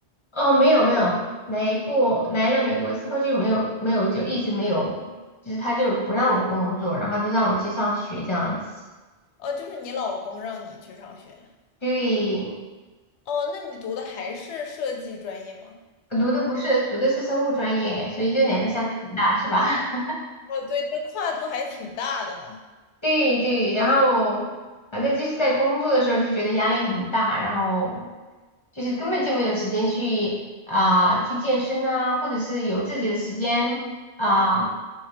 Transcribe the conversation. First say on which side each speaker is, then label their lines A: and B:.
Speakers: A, on the left; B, on the left.
A: 哦，没有没有，来过来了美国之后就没有没有就一直没有，就是他就不让我工作，然后就让我去上学这样子。
B: 哦，就是你老公让你去上学。
A: 对，
B: 哦，那你读的还是设计专业吗？
A: 读的不是，读的是生物专业，所以就两个相差很大，是吧？<laughs>
B: 哦，对，这跨度还挺大的呢。
A: 对对，然后反正就是在工作的时候就觉得压力很大，然后就是根本就没有时间去啊、去健身啊，或者是有自己的时间啊、
B: 嗯，